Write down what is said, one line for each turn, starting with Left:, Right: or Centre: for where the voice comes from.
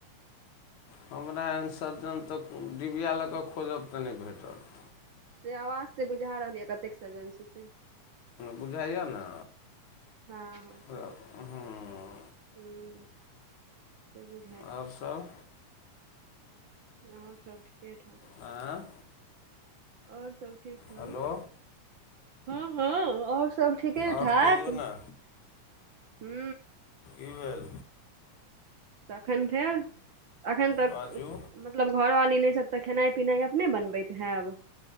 Left: हमरा एहन सज्जन तऽ डिबिया लऽ कऽ खोजब तऽ नहि भेटत
Right: से आवाज से बुझा रहल यै कतेक सजन छी से
Left: बुझाइया ने
Right: हँ हँ
Left: त हूँ
Right: हूँ से बुझ
Left: आओर सब
Right: आओर सब ठीके ठाक
Left: आँ
Right: आओर सब ठीक ठाक
Left: हेलो
Right: हँ हँ आओर सब ठीके
Left: आओर
Right: ठाक
Left: कहियौ ने
Right: हू
Left: ईमेल
Right: तखन फेर एखन तऽ
Left: बाजू
Right: मतलब घरवाली नहि छथि तऽ खेनाइ पिनाइ अपने बनबैत हैब